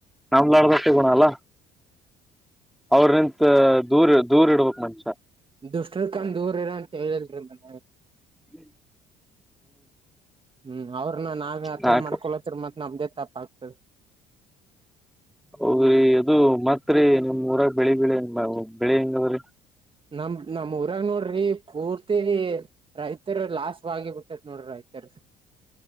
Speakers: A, in the centre; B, on the right.
A: ನಮಲಡ್ದಷ್ಟೇ ಬನಲ್ಲ ಅವ್ರ ನಿಂತ ದೂರ್ ದೂರ್ ಇಡ್ಬಕ್ ಮನುಷ್ಯ
B: ದುಷ್ಟಿರ್ಕೊಂಡ್ ದೂರ್ ಇರ ಅಂತ ಹೇಳಿಲ್ರಿ ಮನ
A: ಹ್ಮ್
B: ಹ್ಮ್ ಅವ್ರನ್ನ ನಾವ್ ಹತ್ರ
A: ನಾಕು
B: ಮಾಡ್ಕೊಳತ್ತರ ಮತ್ ನಮ್ದೇ ತಪ್ಪ ಆಗ್ತರಿ
A: ಹೌದ್ರಿ ಅದು ಮತ್ರಿ ನಿಮ ಊರಾಗ ಬೆಳಿ ಬೆಳೆ ಬೆಳಿ ಹೆಂಗದ್ರರಿ
B: ನಮ ನಮ ಊರಾಗ ನೋಡ್ರಿ ಪೂರ್ತಿ ರೈತರ ಲಾಸ್ಟ್ ಬಿಟ್ಟೈತ್ ನೋಡ್ರಿ ಆಯ್ತಾರ